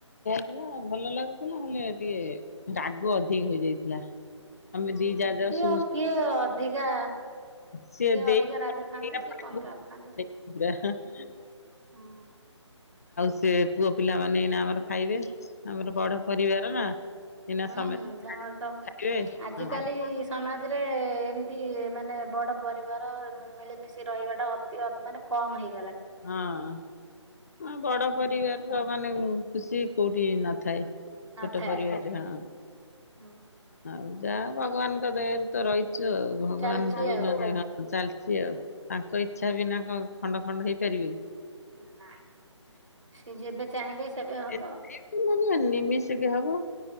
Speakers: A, on the left (about 30°); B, on the right (about 80°).
A: ହେଲା ଭଲ ଲାଗୁଥିଲା ନା ହେଲେ ଟିକେ ରାଗ ଅଧିକ ହେଇଯାଇଥିଲା। ଆମେ
B: ହୁଁ
A: ଦି ଯାଉ
B: କିଏ
A: ସୁ
B: କିଏ ଅଧିକା
A: ସି
B: କିଏ
A: ଦେଇ
B: ଅଧିକା
A: <unintelligible>
B: ରାଗ ଖାଆନ୍ତି କିଏ କମ ରାଗ ଖାଆନ୍ତି।
A: ଆଉ
B: ହୁଁ
A: ସେ ପୁଅ ପିଲାମାନେ, ଏଇନା ଆମର ଖାଇବେ। ଆମର ବଡ ପରିବାର ନା। ଏଇନା
B: ହୁଁ
A: ସମସ୍ତେ
B: ତମର ତ,
A: ଖାଇବେ
B: ଆଜିିକାଲି
A: ହଁ
B: ସମାଜ ରେ ଏମତି ମାନେ ବଡ଼ ପରିବାର ମିଳିମିଶି ରହିବାଟା ଅତି <unintelligible>
A: ହଁ ବଡ଼ ପରିବାର
B: ଉଁ
A: ମାନେ ଖୁସି କୋଉଠି ନ ଥାଏ
B: ନଥାଏ।
A: ଛୋଟ ପରିବାର ରେ ହଁ
B: ହୁଁ
A: ଆଉ ଯାହା ଭଗବାନ୍ ଙ୍କ ଦୟାରୁ ତ ରହିଚୁ ଆଉ, ଭଗବାନ୍
B: ଚାଲିଛି
A: ଦୋଉନ୍
B: ଆଉ
A: ନାହଁନ୍ ହଁ ଚାଲିଚି ଆଉ। ତାଙ୍କ ଇଛା ବିନା କଣ ଖଣ୍ଡ ଖଣ୍ଡ ହେଇପାରିବେ କି?
B: ନା ସେ ଯେବେ ଚାହିଁବେ ସେବେ ହବ।
A: ଏକାଥରେ ନିମିଶିକେ ହବ।